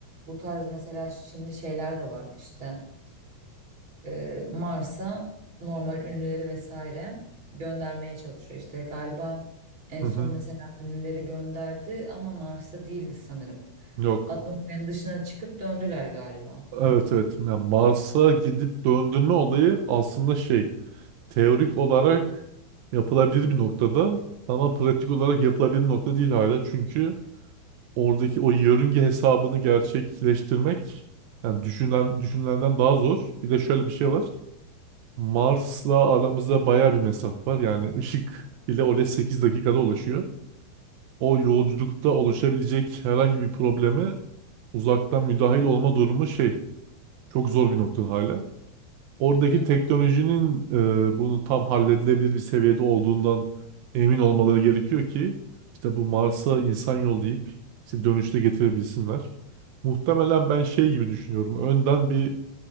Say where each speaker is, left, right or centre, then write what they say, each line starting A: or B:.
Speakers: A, on the right (about 35°); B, on the right (about 75°).
A: Bu tarz mesela şimdi şeyler de var işte e, Mars'a normal ünlüleri vesaire göndermeye çalışıyor. İşte galiba en
B: hı
A: son
B: hı.
A: mesela ünlüleri gönderdi ama Mars'a değildi sanırım.
B: Yok.
A: Atmosferin dışına çıkıp döndüler galiba.
B: Evet evet. Yani Mars'a gidip döndürme olayı aslında şey teorik olarak yapılabilir bir noktada ama pratik olarak yapılabilir bir nokta değil hala. Çünkü oradaki o yörünge hesabını gerçekleştirmek yani düşünen düşünülenden daha zor. Bir de şöyle bir şey var. Mars'la aramızda baya bir mesafe var. Yani ışık bile oraya 8 dakikada ulaşıyor. O yolculukta oluşabilecek herhangi bir problemi uzaktan müdahil olma durumu şey çok zor bir noktada hala oradaki
A: Hı hı.
B: teknolojinin e, bunu tam halledilebilir bir seviyede olduğundan emin olmaları gerekiyor ki işte bu Mars'a insan yollayıp işte dönüşte getirebilsinler. Muhtemelen ben şey gibi düşünüyorum. Önden bir